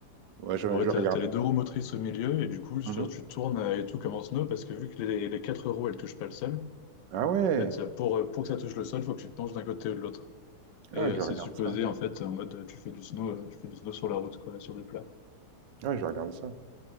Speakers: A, on the right (about 85°); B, on the left (about 80°).
A: Ouais, je,
B: ouais,
A: je
B: t'as,
A: regardais.
B: t'as les deux roues motrices au milieu, et du coup, genre,
A: Mhm.
B: tu tournes euh, et tout comme en snow, parce que vu que les, les quatre roues, elles touchent pas le sol,
A: Ah ouais.
B: en fait, euh, pour, euh, pour que ça touche le sol, faut que tu te penches d'un côté ou de l'autre. Et
A: Ah,
B: euh,
A: je
B: c'est
A: vais regarder
B: supposé,
A: ça.
B: en fait, en mode, euh, tu fais du snow, euh, tu fais du snow sur la route, quoi, sur du plat.
A: Ah, je vais regarder ça.